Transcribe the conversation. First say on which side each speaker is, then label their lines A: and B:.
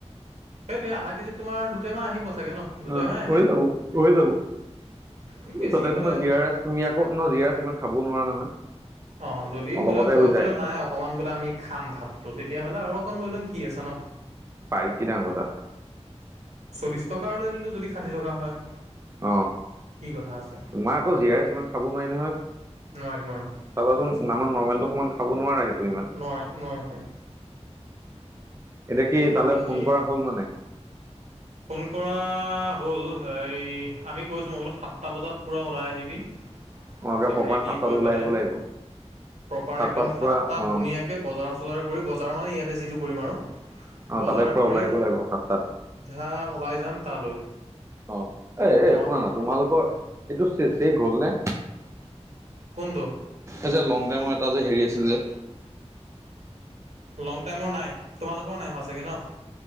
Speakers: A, on the right (about 75°); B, on the right (about 25°).
A: সেইটোোৱে আধা কেজিত তোমাৰ দুটেমান আহিবাগৈ ন দুটামান
B: অ
A: আহে
B: হৈ যাব হৈ যাব
A: উম বেছি
B: তাতে
A: হ'লে
B: তোমাৰ জিয় ৰাচ তুমি আকৌ ন জিয় ৰাচ ইমান খাবও নোৱাৰা নহয়
A: অ যদি
B: অলপতে
A: বোলে কয়
B: হৈ যায়
A: বোলে নাই অকণমান বোলে আমি খাম ভাতটো তেতিয়াহ'লে আৰু অকণমান বোলেম কি আছে ন
B: পাৰ কি ডাঙ কথা
A: চল্লিছ টকাৰ লৈ লিলোঁ যদি ষাঠি টকা হয়
B: অ
A: কি কথা আছে
B: তোমাৰ আকৌ জীয়াই আছে ইিমান খাব নোৱাৰি নহয়
A: নোৱাৰি নোৱাৰি
B: চাবাচোন
A: সেইটো সঁচা কথা
B: আমাৰ নৰ্মেলটো সমান খাব নোৱাৰে সেইটো ইমান
A: নোৱাৰি নোৱাৰি নোৱাৰি
B: এতিয়া কি
A: বাকী
B: তালৈ ফোন কৰা হল মানে
A: ফোন কৰা হ'ল এই আমি কৈছোঁ মই বোল সাতটা বজাত পূৰা ওলাই আহিবি
B: অ
A: একম
B: একে প্ৰপাৰ
A: ৰেডি
B: সাতটাত
A: হৈ
B: ওলাই
A: পেলাই
B: আহিব লাগিব
A: প্ৰপাৰ
B: সাতটাত
A: একদম সাতাত
B: পৰা অ
A: ধুনীয়া তে বজাৰ চজাৰ কৰি বজাৰ মানে ইয়াতে যিটো কৰিম আৰু
B: অ
A: বজাৰ
B: তাতে পৰা
A: কৰি
B: ওলাই আহিব লাগিব সাতটাত
A: হা ওলাই যাম তালৈ
B: অ এ এ
A: মই
B: শুনা
A: মান
B: না তোমালোকৰ এইটো চ চেক হ'ল নে
A: কোনটো
B: এ যে লং টাইমৰ এটা যে হেৰি আছিল যে
A: লং টাইমৰ নাই তোমালোকৰ নাই হোৱা চাগৈ ন